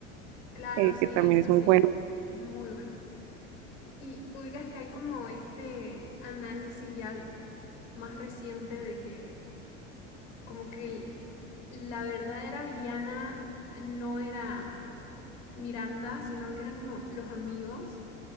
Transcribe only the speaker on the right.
eh,
que también
es muy
bueno.